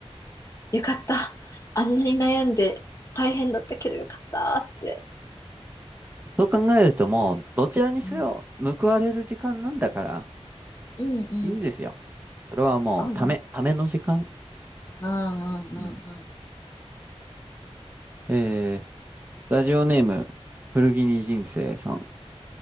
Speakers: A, on the left; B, on the right.
A: 「よかったあんなに悩んで大変だったけどよかった」って。
B: そう考えるともう、どちらにせよ、
A: うん
B: 報われる時間なんだから、
A: うんうん。
B: いいんですよ。それはもう、
A: 合うね。
B: ため、ための時間。
A: うんうんうんうん。
B: うん。えー、ラジオネーム、古着に人生さん。